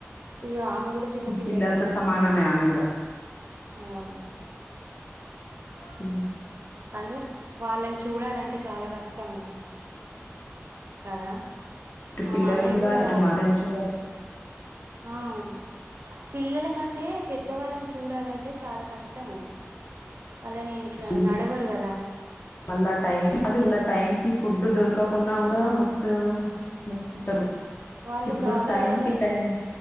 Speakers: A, on the right (about 55°); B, on the left (about 45°).
A: ఇక ఆమె కూడా చిన్న పిల్లలా
B: పిల్లలతో సమానమే
A: ఇక
B: ఆమె కూడా
A: అవును
B: అ
A: కానీ వాళ్ళని చూడాలంటే చాలా కష్టం కదా
B: ఇటు
A: మా
B: పిల్లల్ని
A: మామయ్య
B: చూడాలి
A: కూడా
B: ఇటు మాతని చూడాలి
A: ఆ మ్చ్ పిల్లలకంటే పెద్దవాళ్ళని చూడాలంటే చాల కష్టం వాళ్ళనీ ఇట్ల
B: అసలు
A: నడవరు గదా
B: మళ్ళా టైమ్ అది మళ్ళ టైం కి ఫుడ్
A: అవును
B: దొరకకున్నా కూడా మస్ గా మొత్కుంటరు
A: వాళ్ళు
B: ఇప్పుడు
A: గాబర
B: టైం
A: గాబర
B: కి
A: అయితారు
B: టైం